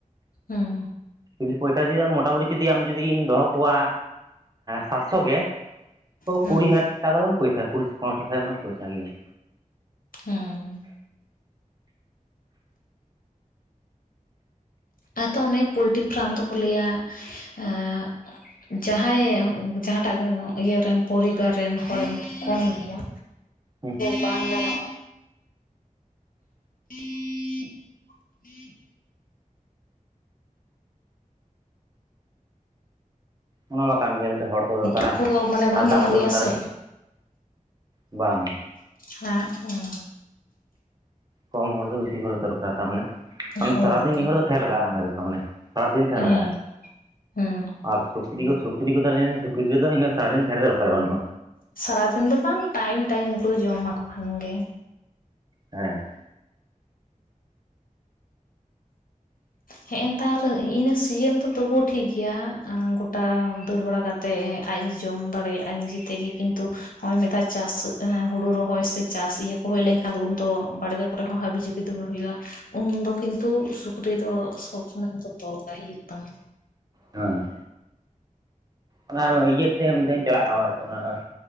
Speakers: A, on the left; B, on the right.
A: ᱦᱩᱸ
B: ᱪᱚᱞᱞᱤᱥ ᱯᱚᱸᱭᱛᱟᱞᱤᱥ ᱢᱚᱴᱟ ᱢᱩᱴᱤ ᱡᱩᱫᱤ ᱟᱢ ᱡᱩᱫᱤᱢ ᱫᱚᱦᱚ ᱠᱚᱣᱟ ᱥᱟᱛ ᱥᱚ ᱜᱮ᱾ ᱛᱚ
A: ᱦᱩᱸ
B: ᱠᱩᱲᱤ ᱦᱟᱡᱟᱨ ᱴᱟᱠᱟ ᱯᱚᱭᱥᱟ ᱠᱩᱲᱤ ᱯᱚᱱᱮᱨᱚ ᱦᱟᱡᱟᱨ ᱯᱚᱭᱥᱟᱹᱭ ᱜᱮᱭᱟ᱾
A: ᱦᱮᱸ ᱟᱫᱚ ᱚᱱᱮ ᱯᱳᱞᱴᱨᱤ ᱯᱷᱟᱨᱟᱢ ᱫᱚᱠᱚ ᱞᱟᱹᱭᱼᱟ ᱮᱸ᱾ ᱡᱟᱸᱦᱟᱭ ᱡᱟᱦᱟ ᱴᱟᱜ ᱤᱭᱟᱹ ᱨᱮᱱ ᱯᱚᱨᱤᱵᱟᱨ ᱨᱮᱱ ᱦᱚᱲ ᱮᱢ ᱠᱚᱢ ᱜᱮᱭᱟ᱾
B: ᱦᱮᱸ
A: ᱵᱟᱝ ᱜᱟᱱᱚᱜᱼᱟ <unintelligible>
B: ᱚᱱᱳ ᱚᱱᱟ ᱠᱟᱱ ᱜᱮᱭᱟ ᱢᱤᱫ ᱴᱮᱱ ᱦᱚᱲ ᱠᱚ ᱫᱚᱨ ᱠᱟᱨᱟ
A: ᱩᱱᱠᱩ ᱫᱚ ᱢᱟᱱᱮ ᱵᱟᱝ
B: ᱟᱨ ᱫᱟᱜ
A: ᱜᱟᱱᱚᱜ
B: ᱫᱚᱨ
A: ᱜᱮᱭᱟ
B: ᱠᱟᱨᱟ᱾
A: ᱥᱮ
B: ᱵᱟᱝ
A: ᱦᱮᱸ - ᱦᱩᱸ
B: ᱠᱚᱢ ᱦᱚᱲ ᱫᱚ ᱵᱮᱥᱤ ᱦᱚᱲ ᱫᱚ ᱫᱚᱨ ᱠᱟᱨ, ᱛᱟᱨ ᱢᱟᱱᱮ
A: ᱦᱳᱭ
B: ᱥᱟᱨᱟ ᱫᱤᱱ ᱢᱤᱫ ᱦᱚᱲ ᱫᱚ ᱛᱟᱦᱮᱸ ᱞᱟᱜᱟᱜᱼᱟ᱾ ᱚᱱᱟ ᱫᱚ ᱛᱟᱨ ᱢᱟᱱᱮ ᱥᱟᱨᱟ ᱫᱤᱱ ᱛᱟᱦᱮᱸ
A: ᱦᱮᱸ
B: ᱞᱟᱜᱟᱜᱼᱟ᱾
A: ᱦᱩᱸ
B: ᱟᱨ ᱥᱩᱠᱨᱤ ᱠᱚ ᱥᱩᱠᱨᱤ ᱠᱚ ᱛᱟᱦᱮᱸ ᱞᱮᱱᱟ ᱥᱩᱠᱨᱤ ᱨᱮᱫᱚ ᱤᱱᱟᱹ ᱥᱟᱨᱟ ᱫᱤᱱ ᱛᱟᱦᱮᱸ ᱨᱮ ᱫᱚᱨᱠᱟᱨ ᱵᱟᱹᱱᱩᱜᱼᱟ᱾
A: ᱥᱟᱨᱟ ᱫᱤᱱ ᱫᱚ ᱵᱟᱝ ᱴᱟᱭᱤᱢ ᱴᱟᱭᱤᱢ ᱩᱱᱠᱩ ᱫᱚ ᱡᱚᱢ ᱮᱢᱟ ᱠᱚ ᱠᱷᱟᱱ ᱜᱮ᱾
B: ᱦᱮᱸ
A: ᱦᱮᱸᱮ ᱱᱮᱛᱟᱨ ᱦᱤᱸᱤᱱᱟᱹ ᱥᱤᱡᱤᱱ ᱫᱚ ᱛᱚᱵᱩ ᱴᱷᱤᱠ ᱜᱮᱭᱟ᱾ ᱜᱚᱴᱟ ᱫᱟᱹᱲ ᱵᱟᱲᱟ ᱛᱮ ᱟᱡ ᱮ ᱡᱚᱢ ᱫᱟᱲᱮᱭᱟᱜᱼᱟ ᱱᱤᱡᱮ ᱛᱮ ᱜᱮ ᱠᱤᱱᱛᱩ ᱱᱚᱜᱼᱚᱭ ᱢᱤᱫ ᱫᱷᱟᱣ ᱪᱟᱥ ᱦᱩᱲᱩ ᱨᱚᱦᱚᱭ ᱥᱮ ᱪᱟᱥ ᱤᱭᱟᱹ ᱠᱚ ᱦᱩᱭ ᱞᱮᱱ ᱠᱷᱟᱱ ᱫᱚ ᱩᱱᱫᱚ ᱵᱟᱲᱜᱮ ᱨᱮ ᱦᱚᱸᱦᱟᱹᱵᱤ ᱡᱟᱹᱵᱤ ᱫᱚᱢᱮ ᱦᱩᱭᱩᱜᱼᱟ᱾ ᱩᱱᱫᱚ ᱠᱤᱱᱛᱩ ᱥᱩᱠᱨᱤ ᱫᱚ, ᱥᱚᱵᱽ ᱥᱚᱢᱚᱭ ᱫᱚ ᱛᱚᱞ ᱠᱟᱜ ᱦᱩᱭᱩᱜ ᱛᱟᱢᱟ᱾
B: ᱦᱮᱸ ᱚᱱᱟ ᱤᱭᱟᱹᱛᱮ ᱢᱤᱫ ᱫᱷᱟᱣ ᱤᱧ ᱪᱟᱞᱟᱣ ᱦᱚᱭ ᱫᱚᱢᱮ ᱦᱚᱭ